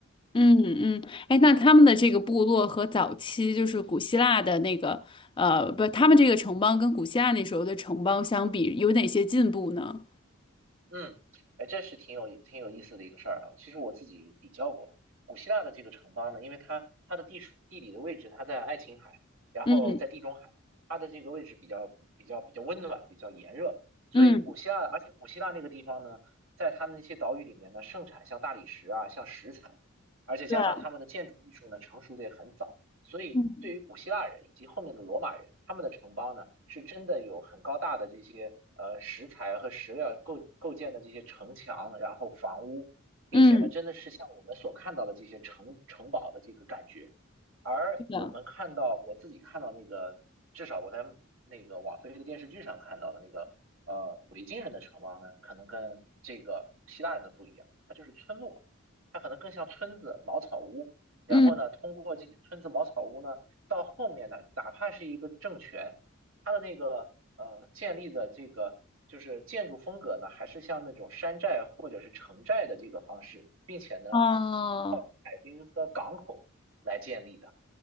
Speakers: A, on the left; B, on the right.
A: 嗯嗯，哎，那他们的这个部落和早期就是古希腊的那个，呃，不，他们这个城邦跟古希腊那时候的城邦相比，有哪些进步呢？
B: 嗯，哎，这是挺有挺有意思的一个事儿啊。其实我自己比较过古希腊的这个城邦呢，因为它它的地处地理的位置，它在爱琴海，然后在地中海，
A: 嗯
B: 它的这个位置比较比较比较温暖，比较炎热，所以古希腊，
A: 嗯，
B: 而且古希腊那个地方呢，在它的那些岛屿里面呢，盛产像大理石啊，像石材，而且加上他们的建筑艺术呢，
A: 对，
B: 成熟的也很早。所以，
A: 嗯
B: 对于古希腊人以及后面的罗马人，他们的城邦呢，是真的有很高大的这些呃石材和石料构构建的这些城墙，然后房屋，并且呢，
A: 嗯，
B: 真的是像我们所看到的这些城城堡的这个感觉。而我们看到，
A: 是的，
B: 我自己看到那个，至少我在那个网飞的电视剧上看到的那个呃维京人的城邦呢，可能跟这个希腊人的不一样，它就是村落，它可能更像村子、茅草屋。然后呢，
A: 嗯，
B: 通过这些村子茅草屋呢，到后面呢，哪怕是一个政权，它的那个呃建立的这个就是建筑风格呢，还是像那种山寨或者是城寨的这个方式，并且呢，
A: 哦
B: 海滨和港口来建立的，